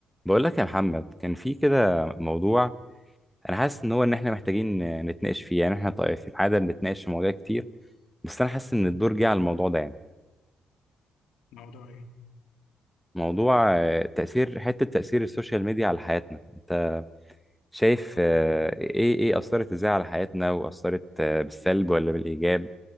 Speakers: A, in the centre; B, on the left.
A: بقول لك يا محمد كان في كده موضوع انا حاسس ان هو ان احنا محتاجين نتناقش فيه يعني احنا طيب في العاده بنتناقش في مواضيع كتير بس انا حاسس ان الدور جه على الموضوع ده يعني
B: موضوع ايه
A: موضوع آه، تاثير حته تاثير السوشيال ميديا على حياتنا انت شايف
B: اه
A: آه، ايه ايه اثرت ازاي على حياتنا واثرت آه، بالسلب ولا بالايجاب